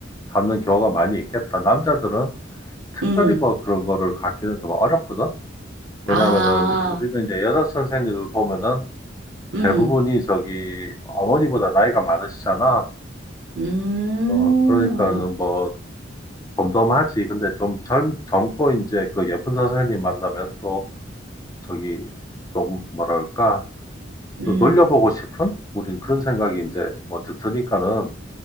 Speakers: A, on the left; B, on the right.
A: 갖는 경우가 많이 있겠다. 남자들은 특별히
B: 응,
A: 뭐 그런 거를 갖기는 좀 어렵거든?
B: 아,
A: 왜냐면은, 우리는 이제 여자 선생님들 보면은
B: 응,
A: 대부분이 저기 어머니보다 나이가 많으시잖아.
B: 음,
A: 어, 그러니까 뭐 덤덤하지. 근데 좀 젊, 젊고 이제 그 예쁜 선생님 만나면 또 저기 좀 뭐랄까,
B: 음,
A: 또 놀려보고 싶은? 우린 그런 생각이 이제 먼저 드니까는,